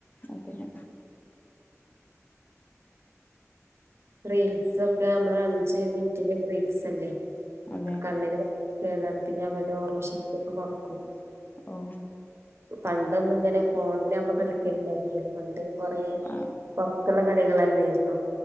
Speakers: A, on the left; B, on the right.
A: അതെ.
B: റീൽസ് ഒക്കെ നമ്മള് അഞ്ച് മിൻറ്റിന്റെ റീൽസ് അല്ലേ
A: അതെ
B: കണ്ണിന്. കേടാണ്. പിന്നെ അവരുടെ ഓർമ്മ ശക്തിയൊക്കെ കുറക്കും.
A: ഓഹ്.
B: പണ്ടൊന്നും ഇങ്ങനെ ഫോണില് കളി ക്കല്ലായിരുന്നല്ലോ പണ്ട് കൊറേ.
A: ആ
B: നല്ല കളികല്ലെയിരുന്നു.